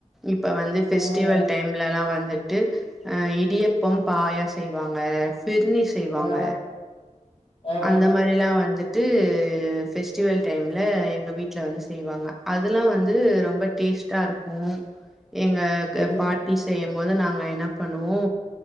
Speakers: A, in the centre; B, on the left.
A: இப்ப வந்து ஃபெஸ்டிவல்
B: ம்
A: டைம்லல்லா வந்துட்டு ஆ இடியப்பம்
B: ம்,
A: பாயா செய் வாங்க ஃபிரினி செய்வாங்க
B: ஆ ஆ
A: அந்த மாரில்லா வந்துட்டு ஃபெஸ்ட்டிவல் டைம்ல எங்க வீட்ல வந்து செய்வாங்க அதெல்லா வந்து ரொம்ப டேஸ்டா இருக்கு எங்க
B: ம்
A: பாட்டீஸ் செய்யம் போது நாங்க என்ன பண்ணுவோ